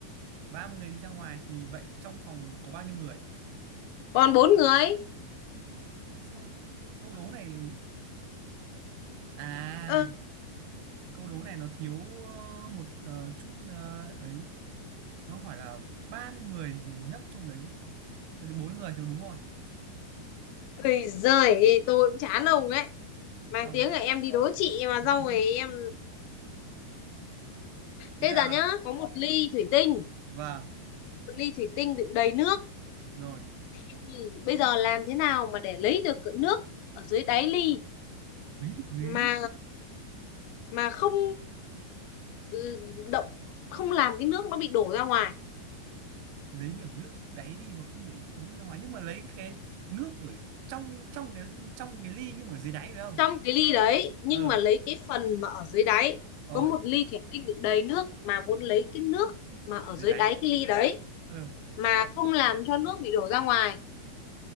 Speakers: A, on the right; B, on the left.
A: 30 người đi ra ngoài thì vậy trong phòng có bao nhiêu người
B: còn bốn người
A: sau câu đố này à
B: ơ
A: câu đố này nó thiếu ờ, một ờ, chút ờ, ấy nó hỏi là 30 người thì nấp trong đấy thế thì bốn người thì đúng rồi
B: ơi giời tôi cũng chán ông ấy mang
A: không
B: tiếng là em đi đố chị mà
A: <laughs>
B: xong rồi em
A: thế
B: thế
A: là
B: giờ nhá có một ly thủy tinh
A: vâng
B: một ly thủy tinh đựng đầy nước
A: rồi
B: Thế thì bây giờ làm thế nào mà để lấy được cái nước ở dưới đáy ly
A: lấy được gì
B: mà
A: nữa
B: mà không ừ, động không làm cái nước nó bị đổ ra ngoài
A: lấy được nước đáy đi mà không để nước ra ngoài nhưng mà lấy cái nước ở trong trong cái trong cái ly nhưng mà dưới đáy phải không
B: trong cái ly đấy nhưng
A: ờ
B: mà lấy cái phần mà ở dưới đáy
A: rồi
B: có một ly thủy tinh đựng đầy nước mà muốn lấy cái nước mà ở
A: dưới
B: dưới
A: đáy
B: đáy cái ly đấy
A: ờ
B: mà không làm cho nước bị đổ ra ngoài